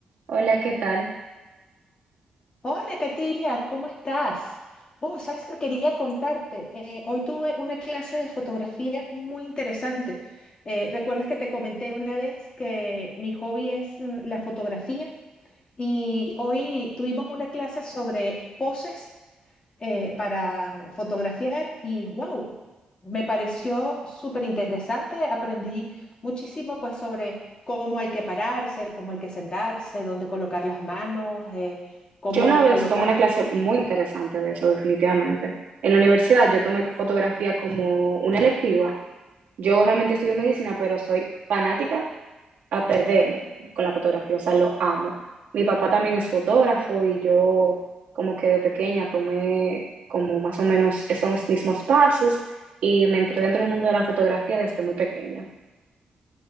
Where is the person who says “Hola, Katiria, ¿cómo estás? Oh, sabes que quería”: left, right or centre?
Left